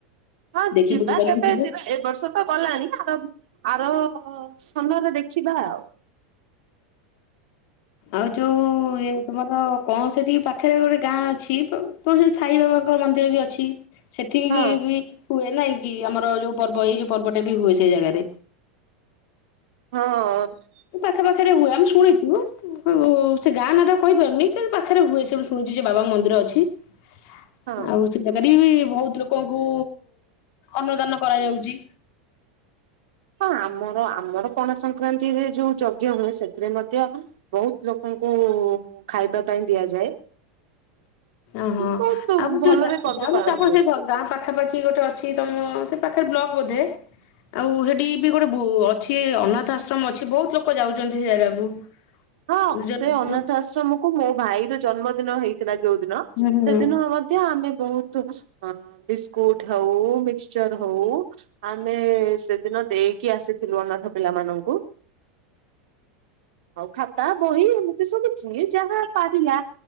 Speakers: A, on the right; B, on the left.
A: ହଁ
B: ଦେଖି
A: ଯିବା
B: ବୁଲି ବାଲିକି
A: କେବେ
B: ଯିବେ
A: ଯିବା ଏ ବର୍ଷ ତ ଗଲାଣି ଆର ଆର ସୁନରେ ଦେଖିବା ଆଉ।
B: ଆଉ ଯୋଉ ଇଏ ତମ ହ କଣ ସେଠି ପାଖରେ ଗୋଟେ ଗାଁ ଅଛି ତ ତ ସାଇ ବାବାଙ୍କ ମନ୍ଦିର ବି ଅଛି। ସେଠିକି
A: ହଁ
B: ବି ହୁଏ ନାଇଁ କି ଆମର ଯୋଉ ପର୍ବ ଏଇ ଯୋଉ ପର୍ବଟା ବି ହୁଏ ସେଇ ଜାଗାରେ।
A: ହଁ
B: ପାଖା ପାଖରେ ହୁଏ ଆମେ ଶୁଣିଛୁ। ହଉ ସେ ଗାଁ ନାଟା କହିପାରୁନି କିନ୍ତୁ ପାଖରେ ହୁଏ ସେ ଶୁଣୁଛି ଯେ ବାବାଙ୍କ ମନ୍ଦିର ଅଛି। ଆଛ।
A: ହଁ
B: ଆଉ ସେ ଜାଗାରେ ବି ବହୁତ ଲୋକଙ୍କୁ ଅନ୍ନଦାନ କରାଯାଉଛି।
A: ହଁ ଆମର ଆମର ପଣ ସଂକ୍ରାନ୍ତିରେ ଯୋଉ ଯଜ୍ଞ ହୁଏ ସେଥିରେ ମଧ୍ୟ ବହୁତ ଲୋକଙ୍କୁ ଖାଇବା ପାଇଁ ଦିଆଯାଏ।
B: ଓହୋ
A: ବହୁତ
B: ଆଉ
A: ଭଲରେ
B: ଯୋଉ
A: ପର୍ବ
B: ଯୁ
A: ପାଳନ
B: ତାପ
A: ହୁଏ
B: ସେ ଗାଁ ପାଖା ପାାଖି ଗୋଟେ ଅଛି ତମ ସେ ପାଖରେ ବ୍ଲକ ବୋଧେ ଆଉ ସେଠି ବି ଗୋଟେ ଅଛି ଅନାଥ ଆଶ୍ରମ ଅଛି ବହୁତ ଲୋକ ଯାଉଛନ୍ତି ସେ ଜାଗାକୁ। <inaudible>
A: ହଁ
B: ଯ-ଯ
A: ସେ ଅନାଥ
B: ହୁଁ
A: ଆଶ୍ରମକୁ ମୋ ଭାଇ ର ଜନ୍ମଦିନ ହେଇଥିଲା ଯୋଉ ଦିନ
B: ହୁଁ
A: ସେଦିନ ଆମ ଆମେ ବହୁତ ବିସ୍କୁଟ ହଉ ମିକସଚର ହଉ। ଆମେ ସେଦିନ ଦେଇକି ଆସିଥିଲୁ ଅନାଥ ପିଲା ମନଙ୍କୁ। ଖାତା ବହି ଏମିତି ସବୁଛି ଯାହା ପାରିଲା